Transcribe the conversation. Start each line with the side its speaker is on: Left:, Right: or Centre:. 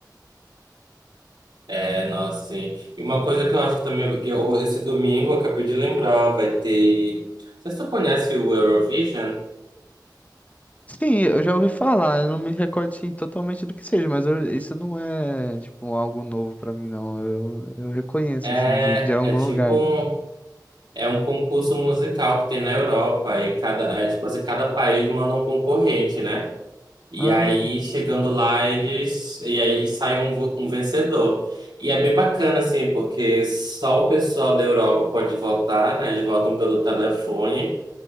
Right: É, nossa, sim. E uma coisa que eu acho que também, que eu- esse domingo, eu acabei de lembrar, vai ter. Não sei se tu conhece o Eurovision.
Left: Sim, eu já ouvi falar. Eu não me recordo, sim, totalmente do que seja, mas eu- isso não é, tipo, algo novo pra mim, não. Eu, eu reconheço,
Right: É,
Left: assim, de, de algum
Right: é tipo
Left: lugar.
Right: um, é um concurso musical que tem na Europa e cada, é tipo assim, cada país manda um concorrente, né? E
Left: Ah,
Right: aí, chegando lá, eles. E aí sai um, vo- um vencedor. E é bem bacana, assim, porque só o pessoal da Europa pode votar, né? Eles votam pelo telefone.